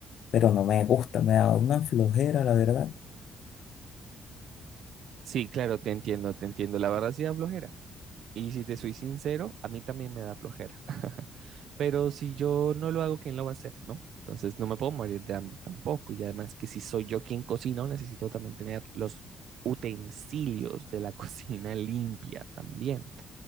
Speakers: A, on the left (about 70°); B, on the right (about 70°).
A: pero no me gusta. Me da una flojera, la verdad.
B: Sí, claro, te entiendo, te entiendo. La verdad sí da flojera. Y si te soy sincero, a mí también me da flojera. <laughs> Pero si yo no lo hago, ¿quién lo va a hacer, no? Entonces no me puedo morir de hambre tampoco. Y además que si soy yo quien cocino, necesito también tener los utensilios de la <laughs> cocina limpia también.